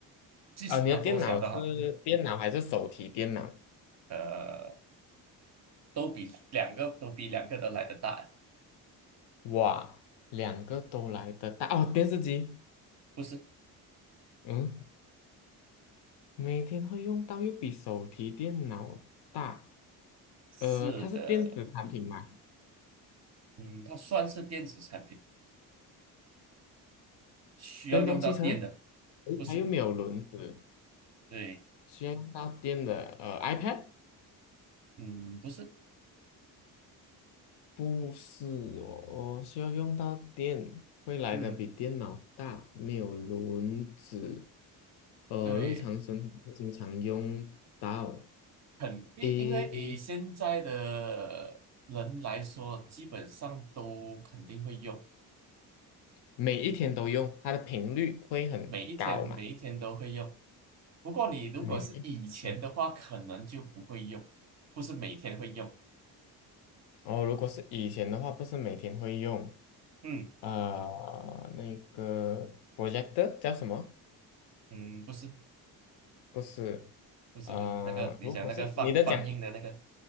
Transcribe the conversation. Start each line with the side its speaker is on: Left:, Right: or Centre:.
Right: 即使它多小都好。
Left: 啊，你的电脑是电脑还是手提电脑？
Right: 呃，都比两个都比两个都来的大，
Left: 哇，两个都来得大哦，电视机，
Right: 不是？
Left: 嗯，每天会用到，又比手提电脑大，
Right: 是的，
Left: 呃，它是电子产品嘛？
Right: 嗯，它算是电子产品，需要用到电的，
Left: 电动汽车，诶，
Right: 不是？
Left: 它又没有轮子，
Right: 对，
Left: 需要用到电的，呃，iPad。
Right: 嗯，不是，
Left: 不是哦，我需要用到电，会来的比电脑大，
Right: 嗯，
Left: 没有轮子，呃，
Right: 对，
Left: 日常生活经常用到，
Right: 肯定，
Left: 诶，
Right: 因为以现在的人来说，基本上都肯定会用，
Left: 每一天都用，它的频率会很高嘛？
Right: 每一天每一天都会用。不过你如果是以前的话，
Left: 每一，嗯，
Right: 可能就不会用，不是每天会用。
Left: 哦，如果是以前的话，不是每天会用，
Right: 嗯
Left: 呃，那个 projector 叫什么？
Right: 嗯，不是
Left: 不是，
Right: 不是不是那个你讲那个放放映的那个。
Left: 呃，如果是你的讲